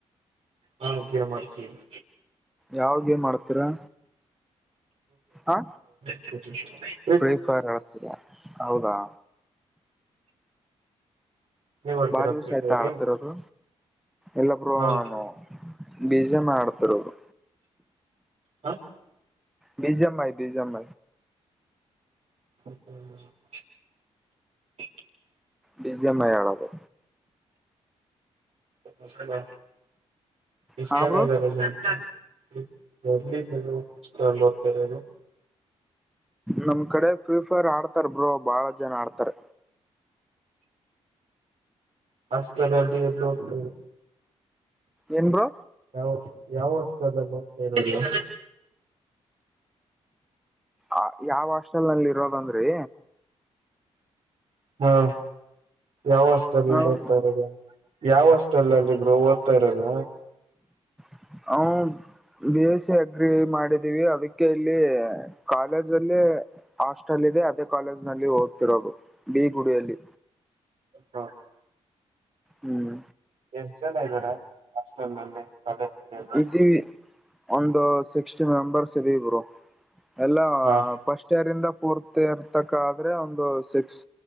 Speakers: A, on the right; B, in the centre.
A: ಹಾ ಅಧ್ಯೇ ಮಾಡ್ತೀವಿ
B: ಯಾವ ಗೇಮ್ ಆಡ್ತೀರಾ ಹಾ
A: <unintelligible>
B: ಫ್ರೀ ಫೈರ್ ಆಗ್ತಿದ್ದೆ ಹೌದಾ
A: ನೀವ್ ಆಡ್ತೀರಾ
B: ಬಾ ದಿವ್ಸ
A: ಫ್ರೀ
B: ಆಯ್ತಾ
A: ಫೈರ್
B: ಆಳ್ತಿರೋದು ಎಲ್ಲಬ್ರು
A: ಹಾ
B: ನಾನು ಬಿಜಿಎಂ ಮಾಡ್ತಿರೋದು
A: ಹಾ
B: ಬಿಜಿಎಂ ಬಿಜಿಎಂ
A: ಹ್ಮ
B: ಬಿಜಿಎಂ ಮಾಡೋದು
A: <unintelligible>
B: ಹಾ ಬ್ರೋ
A: ಎಲ್ಲಿ ಕಷ್ಟ ಹೋಗ್ತರನು
B: ನಮ್ ಕಡೆ ಫ್ರೀ ಫೈರ್ ಆಡ್ತಾರ್ ಬ್ರೋ ಬಾಳ ಜನ ಆಡ್ತಾರೆ
A: ಅಷ್ಟರಲ್ಲಿ ಎ ಹೋಗ್ತ
B: ಏನ್ ಬ್ರೋ
A: ಯಾವ ಯಾವ ಹಾಸ್ಟೆಲ್ ಅಲ್ಲಿ ಇರೋದು.
B: ಆ ಯಾವ ಹಾಸ್ಟೆಲ್ ಅಲ್ಲಿ ಇರೋದಂದ್ರಿ.
A: ಹಾ ಯಾವ ಹಾಸ್ಟೆಲ್ ಅಲ್ಲಿ
B: ನಾವು
A: ಓದ್ತಾ ಇರೋದು. ಯಾವ ಹಾಸ್ಟೆಲ್ ಅಲ್ಲಿ ಬ್ರೋ ಓದ್ತಾ ಇರೋದು.
B: <unintelligible> ಬಿ ಎಸ್ ಸಿ ಅಗ್ರಿ ಮಾಡಿದೀವಿ ಅದಕ್ಕೆ ಇಲ್ಲಿ ಕಾಲೇಜ್ ಅಲ್ಲಿ. ಹಾಸ್ಟೆಲ್ ಇದೆ ಅದೇ ಕಾಲೇಜ್ ನಲ್ಲಿ ಓದ್ತಿರೋದು ಬಿ ಗುಡಿಯಲ್ಲಿ.
A: ಹಾ.
B: ಹ್ಮ್.
A: ಎಷ್ಟ ಜನ ಇದಾರೆ ಹಾಸ್ಟೆಲ್ ಅಲ್ಲಿ. <inaudible>
B: ಇದೀವಿ ಒಂದು ಸಿಕ್ಸ್ಟಿ ಮೆಂಬರ್ಸ್ ಇದೀವ ಬ್ರೋ ಎಲ್ಲ.
A: ಹಾ.
B: ಫಸ್ಟ್ ಇಯರ್ ಇಂದ ಫೋರ್ತ್ ಇಯರ್ ತಕ್ ಆದ್ರೆ ಒಂದು ಸಿಕ್ಸ್